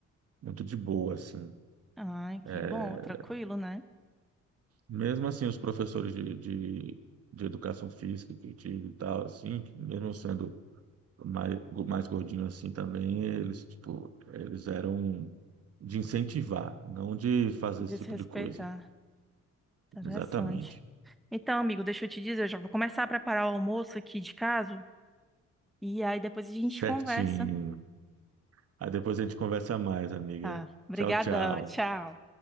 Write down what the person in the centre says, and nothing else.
Ai, que
bom, tranquilo, né?
Desrespeitar.
tá Interessante.
Então, amigo, deixa eu te dizer, eu já vou começar a preparar o almoço aqui de casa e aí depois a gente
conversa.
Tá. Obrigadão,
tchau.